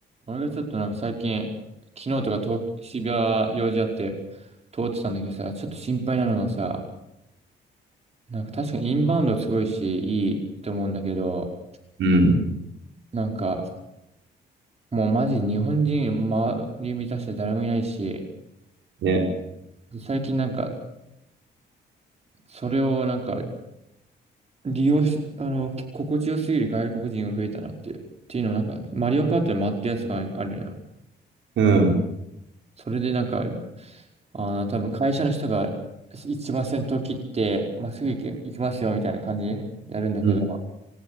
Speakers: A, on the right; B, on the right.
A: 俺がちょっとなんか最近、昨日とか東、渋谷用事あって通ってたんだけどさ、ちょっと心配なのがさ、なんか確かにインバウンドすごいし、いいと思うんだけど、
B: うん。
A: なんかもうマジ日本人周り満たして誰もいないし、
B: ね。
A: 最近なんかそれをなんか利用し、あの、き心地よすぎる外国人が増えたなっていう。っていうのもなんか、マリオカートで回ってるやつがあるのよ。
B: うん。
A: それでなんか、ああ、多分会社の人が一番先頭切って、まっすぐ行き、行きますよみたいな感じでやるんだけど、
B: うん。
A: も